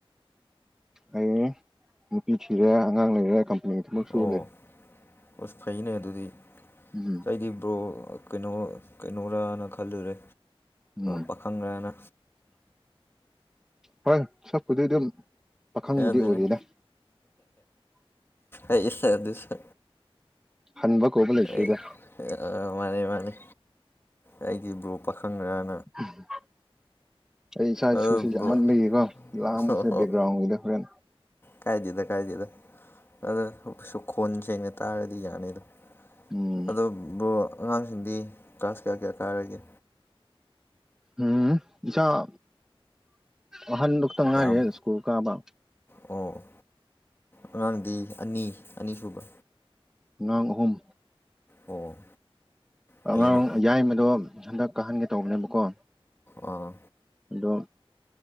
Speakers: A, in the centre; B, on the left (about 25°).
A: ꯑꯩ ꯅꯨꯄꯤ ꯊꯤꯔꯦ ꯑꯉꯥꯡ ꯂꯩꯔꯦ ꯀꯝꯄꯅꯤ ꯊꯕꯛ ꯁꯨ
B: ꯑꯣ
A: ꯂꯩ
B: ꯑꯁ ꯐꯩꯅꯦ ꯑꯗꯨꯗꯤ
A: ꯎꯝ
B: ꯑꯩꯗꯤ ꯕ꯭ꯔꯣ ꯀꯩꯅꯣ ꯀꯩꯅꯣꯔꯅ ꯈꯜꯂꯨꯔꯦ
A: ꯎꯝ
B: ꯄꯥꯈꯪꯔꯅ
A: ꯍ ꯁꯕ ꯈꯨꯊ ꯑꯗꯨꯝ ꯄꯥꯈꯪꯕꯨꯗꯤ
B: ꯑꯗꯨ
A: ꯑꯣꯏꯔꯤꯗ
B: ꯑꯗꯨꯅꯦ ꯑꯩꯁ ꯑꯗꯨꯁ
A: ꯍꯟꯕ ꯀꯧꯕ ꯂꯩꯇ꯭ꯔꯤꯗ
B: ꯑꯩ ꯃꯥꯅꯦ ꯃꯥꯅꯤ ꯑꯩꯒꯤ ꯕ꯭ꯔꯨꯞ ꯄꯥꯈꯪꯅ
A: ꯎꯝ ꯑꯩ ꯏꯆꯥ
B: ꯑꯗꯣ
A: ꯏꯁꯨꯁꯤ
B: ꯕ꯭ꯔꯣ
A: ꯌꯥꯝꯃꯟꯕꯒꯤꯀꯣ ꯂꯥꯡꯕꯁꯤꯦ
B: ꯑꯣ
A: ꯕꯦꯛꯒ꯭ꯔꯥꯎꯟꯒꯤꯗ ꯍꯣꯔꯦꯟ
B: ꯀꯥꯏꯗꯦꯗ ꯀꯥꯏꯗꯦꯗ ꯑꯗꯣ ꯁ ꯈꯣꯟ ꯁꯦꯡꯅ ꯇꯥꯔꯗꯤ ꯌꯥꯅꯤ ꯑꯗꯣ
A: ꯎꯝ
B: ꯑꯗꯨꯕꯨ ꯑꯉꯥꯡꯁꯤꯡꯗꯤ ꯀ꯭ꯂꯥꯁ ꯀꯌꯥ ꯀꯌꯥ ꯀꯥꯔꯒꯦ
A: ꯎꯝ ꯏꯆꯥꯥ ꯑꯍꯟꯗꯨꯛꯇ ꯉꯥꯏꯔꯤꯦ
B: ꯌꯥꯝ
A: ꯁ꯭ꯀꯨꯜ ꯀꯥꯕ
B: ꯑꯣ ꯑꯉꯥꯡꯗꯤ ꯑꯅꯤ ꯑꯅꯤ ꯁꯨꯕ
A: ꯅꯥꯡ ꯑꯍꯨꯝ
B: ꯑꯣ ꯀꯩꯅꯣ
A: ꯑꯉꯥꯡ ꯌꯥꯏꯃꯗꯣ ꯍꯟꯗꯛꯀ ꯍꯟꯒꯦ ꯇꯧꯕꯅꯦꯕꯀꯣ
B: ꯑꯥ
A: ꯑꯗꯣ